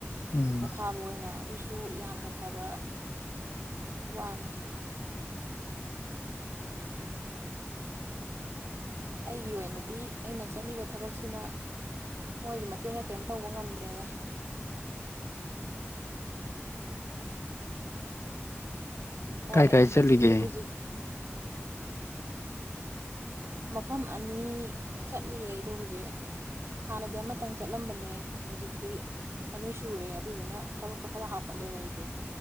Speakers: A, on the left; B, on the right.
A: ꯎꯝ
B: ꯄꯣꯊꯥꯕ ꯑꯣꯏꯅ ꯑꯗꯨꯁꯨ ꯁꯨ ꯌꯥꯝꯅ ꯐꯕ ꯋꯥꯅꯤ ꯑꯩꯒꯤ ꯑꯣꯏꯅꯗꯤ ꯑꯩꯅ ꯆꯠꯂꯤꯕ ꯊꯕꯛꯁꯤꯅ ꯃꯣꯏꯒꯤ ꯃꯇꯦꯡꯒ ꯀꯔꯤꯝ ꯇꯧꯕ ꯉꯝꯗ꯭ꯔꯦꯕ ꯍꯣꯏ
A: ꯀꯥꯏ ꯀꯥꯏ
B: ꯑꯗꯒꯤꯗꯤ
A: ꯆꯠꯂꯤꯒꯦ
B: ꯍꯧꯖꯤꯛ ꯃꯐꯝ ꯑꯅꯤ ꯆꯠꯂꯤꯌꯦ ꯑꯩꯗꯣ ꯍꯧꯖꯤꯛ ꯍꯥꯟꯅꯗꯤ ꯑꯃꯇꯪ ꯆꯠꯂꯝꯕꯅꯦ ꯍꯧꯖꯤꯛꯇꯤ ꯑꯅꯤ ꯁꯨꯔꯦ ꯑꯗꯨꯗꯨꯅ ꯊꯕꯛꯇꯣ ꯈꯔ ꯍꯥꯞꯀꯠꯂꯦꯕ ꯑꯩꯗꯣ